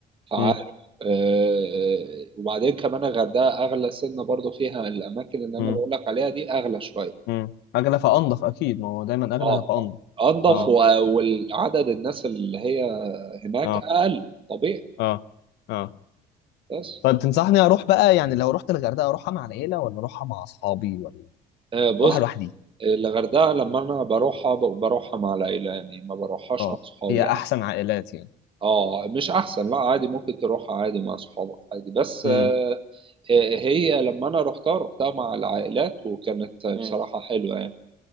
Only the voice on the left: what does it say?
امم
امم
امم اغلى فانضف اكيد ما هو دايما اغلى
فانضف
اه
اه
اه اه
طب تنصحني اروح بقى يعني لو رحت الغردقه اروحها مع العيله ولا اروحها مع اصحابي ولا
اروحها لوحدي
اه
هي
احسن
عائلات يعني
امم